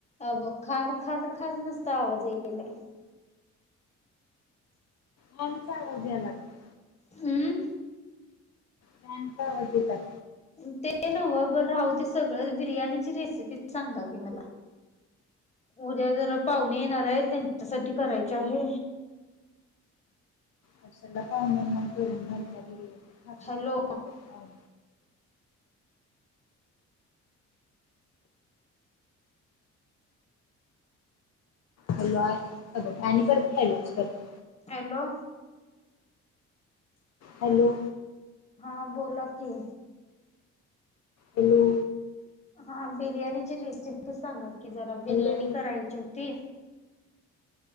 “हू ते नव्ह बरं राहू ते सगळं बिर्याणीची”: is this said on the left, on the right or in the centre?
Left